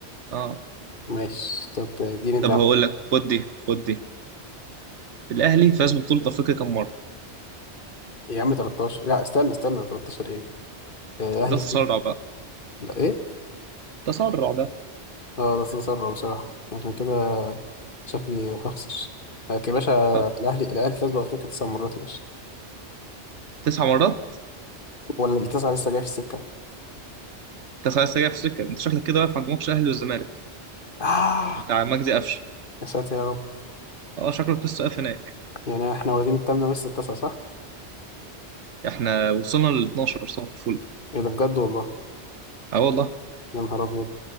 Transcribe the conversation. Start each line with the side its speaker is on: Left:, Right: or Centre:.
Right: اه
Left: ماشي طب اديني انت
Right: طب
Left: يا عم
Right: هقول لك خد دي خد دي الأهلي فاز ببطولة أفريقيا كام مرة؟
Left: يا عم 13 لا استنى استنى 13 ايه آه، الاهلي
Right: ده تسرع
Left: فين
Right: بقى
Left: لا ايه
Right: تسرع ده
Left: اه ده استثمر بصراحة عشان كده شكلي هخسر لكن يا باشا
Right: طب
Left: الأهلي الأهلي فاز بأفريقيا تسع مرات يا باشا
Right: تسع مرات
Left: ولا التسعة لسه جاية في السكة
Right: انت خلاص جاي في سكة انت شكلك كده واقف عند ماتش الأهلي والزمالك
Left: آه
Right: بتاع مجدي قفشه
Left: يا ساتر يا رب
Right: اه شكلك لسه واقف هناك
Left: يعني احنا واخدين التامنة ولسه التاسعة صح؟
Right: احنا وصلنا ل 12 صباح الفل
Left: ايه ده بجد والله
Right: اه والله
Left: يا نهار أبيض